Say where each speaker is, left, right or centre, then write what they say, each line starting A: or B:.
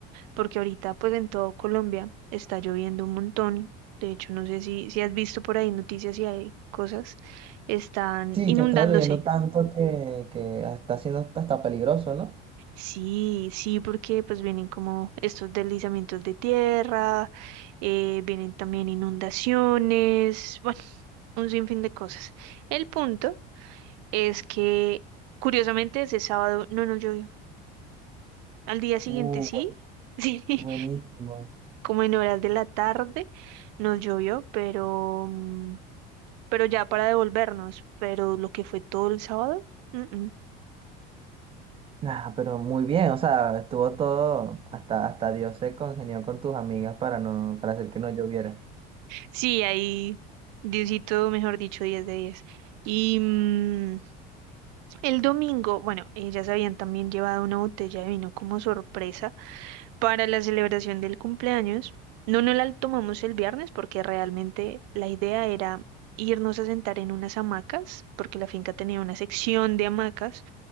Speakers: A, on the right; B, on the right.
A: porque ahorita pues en todo Colombia está lloviendo un montón. De hecho, no sé si, si has visto por ahí noticias y hay cosas, están
B: Sí,
A: inundándose.
B: que estaba lloviendo tanto que, que está siendo hasta, hasta peligroso, ¿no?
A: Sí, sí, porque pues vienen como estos deslizamientos de tierra, eh, vienen también inundaciones, bueno, un sinfín de cosas. El punto es que curiosamente ese sábado no nos llovió. Al día siguiente
B: uh,
A: sí,
B: bu-
A: <laughs> sí,
B: buenísimo.
A: como en horas de la tarde nos llovió, pero, mm, pero ya para devolvernos, pero lo que fue todo el sábado, mm, mm.
B: Nah, pero muy bien, o sea, estuvo todo, hasta, hasta Dios se congenió con tus amigas para no, para hacer que no lloviera.
A: Sí, ahí Diosito, mejor dicho, diez de diez Y mm, el domingo, bueno, ellas habían también llevado una botella de vino como sorpresa para la celebración del cumpleaños. No, no la tomamos el viernes porque realmente la idea era irnos a sentar en unas hamacas, porque la finca tenía una sección de hamacas,